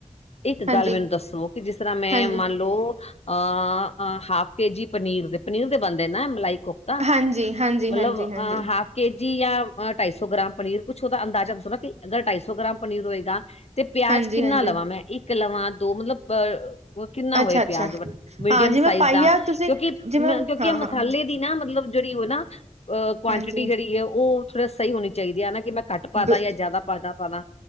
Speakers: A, on the left; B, on the right.
A: ਇੱਕ
B: ਹਾਂਜੀ
A: ਗੱਲ ਮੈਨੂੰ ਦੱਸੋ। ਕਿ ਜਿਸ ਤਰਾਂ ਮੈਂ
B: ਹਾਂਜੀ
A: ਮੰਨ ਲਓ ਅ ਹਾਫ ਕੇ-ਜੀ ਪਨੀਰ ਦੇ, ਪਨੀਰ ਦੇ ਬਣਦੇ ਨਾ ਮਲਾਈ ਕੋਫ ਤਾਂ।
B: ਹਾਂਜੀ ਹਾਂਜੀ
A: ਮਤਲਬ
B: ਹਾਂਜੀ
A: ਅ
B: ਹਾਂਜੀ
A: ਹਾਫ ਕੇ ਜੀ ਜਾਂ ਢਾਈ ਸੌ ਗ੍ਰਾਮ ਪਨੀਰ। ਕੁੱਛ ਉਹਦਾ ਅੰਦਾਜ਼ਾ ਦੱਸੋ ਨਾ। ਕਿ ਅਗਰ ਢਾਈ ਸੌ ਗ੍ਰਾਮ ਪਨੀਰ ਹੋਏਗਾ? ਤੇ ਪਿਆਜ
B: ਹਾਂਜੀ
A: ਕਿੰਨਾ
B: ਹਾਂਜੀ
A: ਲਵਾਂ ਮੈਂ। ਇੱਕ ਲਵਾਂ ਦੋ ਮਤਲਬ ਅ ਕਿੰਨਾ
B: ਅੱਛਾ
A: ਹੋਏ, ਪਿਆਜ
B: ਅੱਛਾ
A: ਮੀਡੀਅਮ
B: ਹਾਂ ਜਿਵੇਂ
A: ਸਾਈਜ਼
B: ਪਾਈਆ
A: ਦਾ।
B: ਤੁਸੀਂ
A: ਕਿਉਂਕਿ
B: ਜਿਵੇਂ
A: ਮ ਕਿਉਂਕਿ
B: ਹਾਂ
A: ਇਹ ਮਸਾਲੇ
B: ਹਾਂ ਹਾਂ
A: ਦੀ ਨਾ ਮਤਲਬ, ਜਿਹੜੀ ਉਹ ਨਾ ਅ ਕੁਆਂਟਿਟੀ
B: ਹਾਂਜੀ
A: ਜਿਹੜੀ ਐ। ਉਹ ਥੋੜੀ ਸਹੀ ਹੋਣੀ ਚਾਹੀਦੀ ਐ। ਕਿ ਮੈਂ ਘੱਟ ਪਾ ਦਾਂ
B: ਬ
A: ਜਾਂ ਜ਼ਿਆਦਾ ਪਾਤਾ ਪਾਦਾਂ।